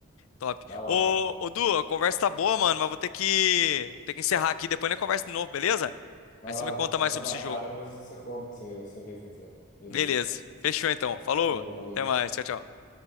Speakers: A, on the left; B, on the left.
A: Top.
B: É Da hora,
A: Ô,
B: cara.
A: ô Du, a conversa tá boa, mano, mas vou ter que, vou ter que encerrar aqui. Depois a conversa de novo, beleza?
B: Vai
A: Aí você
B: lá,
A: me conta mais
B: tenta
A: sobre
B: baixar,
A: esse jogo.
B: depois você conta, você, você vê qual que é. Beleza.
A: Beleza. Fechou então. Falou.
B: Falou, valeu.
A: Até mais. Tchau, tchau.